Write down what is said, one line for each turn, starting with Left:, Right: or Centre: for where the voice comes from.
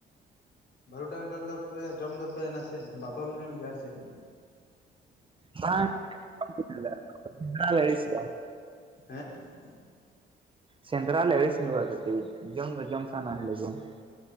Left: ᱵᱟᱹᱨᱩᱰᱟᱝ ᱡᱚᱞ ᱫᱚᱯᱮ ᱡᱚᱢ ᱫᱚᱯᱮ ᱱᱟᱥᱮ ᱵᱟᱛᱚᱞ ᱧᱚᱜ ᱜᱮᱭᱟ ᱪᱮᱫ ᱾
Right: ᱵᱟᱝ <inaudible> ᱵᱟᱞᱮ ᱟᱹᱰᱤᱥ ᱚᱜᱼᱟ
Left: ᱦᱮᱸ ᱾
Right: ᱥᱮᱸᱫᱨᱟ ᱞᱮ ᱟᱹᱲᱤᱥ ᱧᱚᱸᱜᱚᱼᱟ ᱠᱟᱴᱤᱡ ᱡᱚᱢ ᱫᱚ ᱡᱚᱢ ᱥᱟᱱ ᱞᱮᱜᱮᱭᱟ ᱾